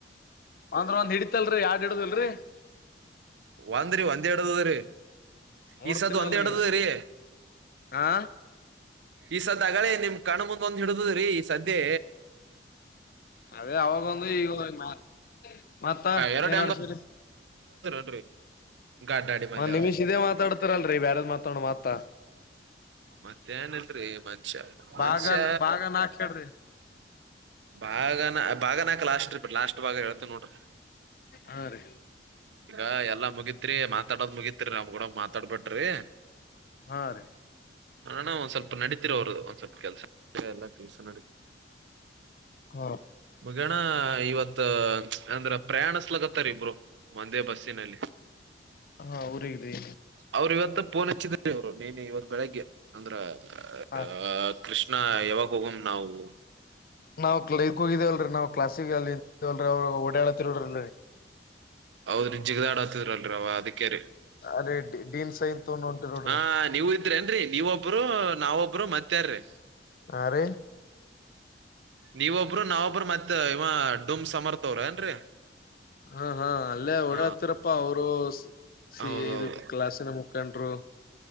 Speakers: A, on the left; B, on the right.
A: ಅಂದ್ರ ಒಂದ್ ಹಿಡಿತಲ್ರಿ ಯಾರ್ಡ್ ಹಿಡುದಲ್ರಿ
B: ಒಂದ್ರೀ ಒಂದ್ ಹಿಡದದ್ರಿ.
A: ನೋಡ್ತೀನಲ್ಲ
B: ಈ ಸದ್ದ ಒಂದ ಹಿಡ್ದ
A: ಈಗ
B: ರೀ
A: ಹಾ
B: ಈ ಸದ ಅಗಳೆ ನಿಮ್ ಕಣ್ಮುಂದ್ ನ್ನೊಂದ್ಹಿಡುದದ್ರೀ ಸದ್ಯೆ
A: ಅದೇ ಅವಾಗೊಂದು ಈಗೊಗ್ಮ ಮತ್ತ್
B: ಎರಡ್
A: ಏನ್ ಆಡ್ಸಿರಿ.
B: <inaudible> ಗಡ್ಡಾಡಿ ಮಲ್ಲೆವ್ರಿ
A: ನಿಮಿಷ
B: <inaudible>
A: ಇದೇ ಮಾತಾಡ್ತಾರಲ್ರರಿ ಬ್ಯಾರದ್ ಮಾತಾಡ ಮತ್ತ
B: ಮತ್ತೇನ್ನಿಲ್ರಿ ಮನ್ಷ್ಯ ಮನ್ಷ್ಯ
A: ಭಾಗ ಭಾಗ ನಾಕ್ ಹೇಳ್ರಿ
B: ಬಾಗನ ಬಾಗ್ನ ಲಸ್ಟ್ರ್ ಬಿ ಲಾಸ್ಟ್ ಬಾಗ ಹೇಳ್ತನೋಡ್ರಿ.
A: ಹಾ ರೀ
B: ಗ ಎಲ್ಲಾ ಮುಗಿತ್ ತ್ರಿ ಮಾತಾಡದ್ ಮುಗಿತ್ರಿ ನಮ್ಗೂಡ್ ಮಾತಾಡ್ಬಟ್ರಿ.
A: ಹಾ ರೀ
B: ಅಣ ಒಂದ್ ಸ್ವಲ್ಪ ನಡೀತ್ರಿ ಅವ್ರ ಒಂದ್ ಸ್ವಲ್ಪ ಕೆಲ್ಸ <unintelligible> ನಡ್
A: ಹ
B: ಗೆಣ ಇವತ್ ಅಂದ್ರ ಪ್ರಯಾಣಸ್ಲಗತ್ತರಿ ಇಬ್ರು ಒಂದೇ ಬಸ್ ಚಿನಲ್ಲಿ.
A: ಹಾ ಊರಿಗ್ರಿ
B: ಅವರು ಇವತ್ತು ಫೋನ್ ಹಚ್ಚಿ <unintelligible> ಇವ್ರು. ಮೇ ಬಿ ಇವತ್ ಬೆಳಗ್ಗೆ ಅಂದ್ರ
A: ಹಾ
B: ಆ ಕೃಷ್ಣ ಯಾವಾಗ್ ಹೋಗಮ್ ನಾವು.
A: ನಾವ್ <unintelligible> ಹೋಗಿದೇವಲ್ರರಿ ನಾವ್ ಕ್ಲಾಸಿಗೆ ಅಲ್ಲಿ ವಲ್ರಿ ಅವ್ರು ಓಡಾಡತಿರ್ರಲ್ರಿ.
B: ಹೌದು ಜಿಗದಾಡ್ ಹತ್ತಿದ್ರಲ್ರಿ ಅವ ಅದಕ್ ಕೆರೆ
A: ಅದೇ ಡೀನ್ ಸೈನ್ ತಗೊಂಡ್ ಹೊಂಟಿವ್ ನೋಡ್ರಿ
B: ಹಾ ನೀವು ಇದ್ರೇ ಏನ್ರಿ. ನೀವೊಬ್ರು ನಾವೊಬ್ರು ಮತ್ತ್ಯಾರಿ?
A: ಆ ರಿ.
B: ನೀವೊಬ್ರು ನಾವೊಬ್ರು ಮತ್ತ ಇವ ಡುಮ್ ಸಮರ್ಥವ್ರ ಏನ್ರಿ.
A: ಹಾ ಹಾ ಅಲ್ಲೇ
B: ಹ
A: ಓಡ ಹತ್ರಪ್ಪಾ ಅವ್ರು. ಸಿ
B: ಹೌದೌದು
A: ಇದು ಕ್ಲಾಸಿನ ಮುಖಂಡ್ರು.